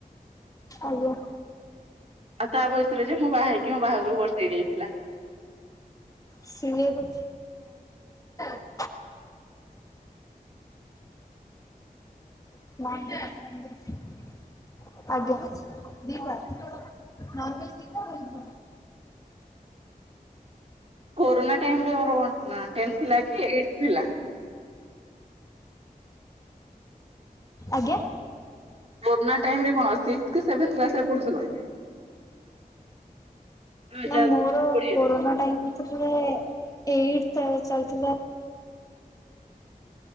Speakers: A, on the left; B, on the right.
A: ଆଜ୍ଞା।
B: ଆଉ ତା ବୟସରେ ଯେ ମୁଁ ବାହା ହେଇକି ମୋ ବାହାଘରକୁ ବର୍ଷେ ଯାଇଥିଲା।
A: ସିଏ ଏବେ <unintelligible> <unintelligible> ଆଜ୍ଞା।
B: କୋରୋନା ଟାଇମର ତମର କଣ ଅଁ ଟେନ୍ଥ ଥିଲା କି ଏଇଟ୍ ଥିଲା?
A: ଆଜ୍ଞା?
B: କରୋନା ଟାଇମ ରେ କଣ ସିକ୍ସଥ କି ସେଭେନ୍ଥ କ୍ଲାସ ରେ ପଢ଼ୁଥିଲା? ଦୁଇ ହଜାର
A: ନା ମୋର
B: କୋଡିଏରେ?
A: କୋରୋନା ଟାଇମ୍ ରେ ଏଇଟ୍ ତା ଚାଲିଥିଲା।